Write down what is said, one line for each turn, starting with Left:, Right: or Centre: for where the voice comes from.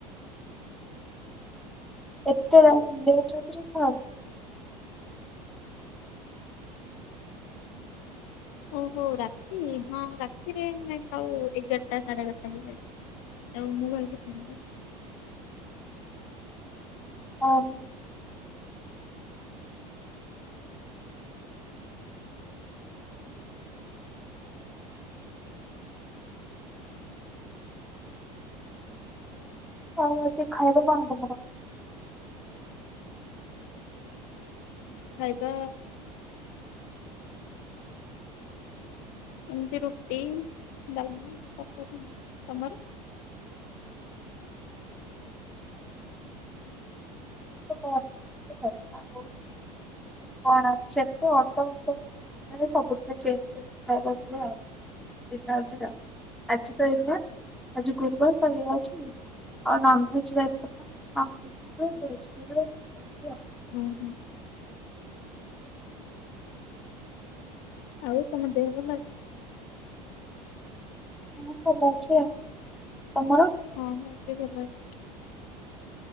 Centre: ଏତେ ରାତ ଲେଟ୍ ରାତିରେ ଖାଅ।
Left: ଓହୋ ରାତି ହଁ ରାତିରେ ଆମେ ଖାଉ ଏଗାରଟା ସାଢ଼େ ଏଗାରଟା ହେଇଯାଏ। <unintelligible> ମୁଁ ଭାବିଲି ଦିନ
Centre: ଅଃ। ଆଉ ଆଜି ଖାଇବା କଣ ତମର?
Left: ଖାଇବା ଏମିତି ରୁଟି ଡାଲମା ତରକାରୀ <unintelligible> ତମର?
Centre: <unintelligible> ଆଉ କଣ ସେମିତି <unintelligible> ଚେଞ୍ଜ <unintelligible> ଖାଇବା ହୁଏ ଆଉ। ଡିନର ରେ ଆଉ ଆଜି ତ ଏୟା ଆଜି ଗୁରୁବାର ତ ଏଇଆ ଅଛି ଆଉ। ଆଉ ନଂଭେଜ୍ ବାରିଦିନ ନଂଭେଜ ହୁଏ ଭେଜ୍ ବି ହୁଏ ଏମତି ଆଉ।
Left: ଉଁହୁଁ। ଆଉ ତମ ଦେହ ଭଲ ଅଛି।
Centre: ହଁ ଭଲ ଅଛି ଆଉ ତମର।
Left: ହଁ ମୁଁ ବି ଭଲ ଅଛି।